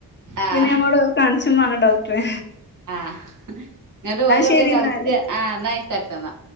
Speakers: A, on the right; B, on the left.
A: ആഹ്
B: പിന്നെ അങ്ങോട് കാണ്ച്ചും മാണം ഡോക്ട്രെ
A: ആഹ് ഇന്ന്ട്ട് ഓരെവ്ടെ
B: ശരി
A: കളിക്ക
B: എന്നാല്
A: ആഹ് ഇന്നയ്കോട്ടെ ഇന്ന